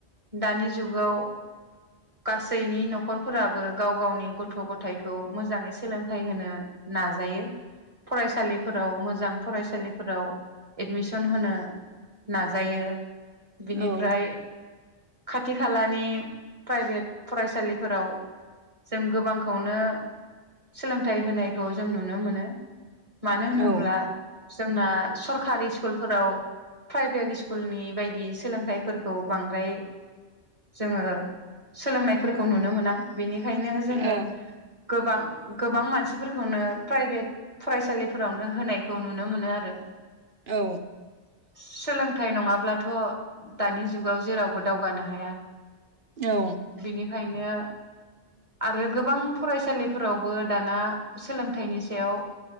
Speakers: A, on the right; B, on the right.
A: दानि जुगाव गासैनि न'खरफोराबो गाव गावनि गथ' गथायखौ मोजाङै सोलोंथाइ होनो नाजायो फरायसालिफोराव मोजां फरायसालिफोराव एडमिसन होनो नाजायो। बिनिफ्राय
B: औ
A: खाथि खालानि प्राइभेट फरायसालिफोराव जों गोबांखौनो सोलोंथाइ होनायखौ जों नुनो मोनो। मानो होनोब्ला
B: औ
A: जोंना सरकारि स्कुल फोराव प्राइभेट स्कुलनि बायदि सोलोंथाइफोरखौ बांद्राय जोङो सोलोंनायफोरखौ नुनो मोना बेनिनो ओंखायनो जोङो
B: औ
A: गोबां गोबां मानसिफोरखौनो प्राइभेट फरायसालिफोरावनो होनायखौ नुनो मोनो आरो
B: औ
A: सोलोंथाइ नङाब्लाथ' दानि जुगाव जेरावबो दावगानो हाया।
B: औ
A: बिनिखायनो आरो गोबां फरायसालिफोरावबो दाना सोलोंथाइनि सायाव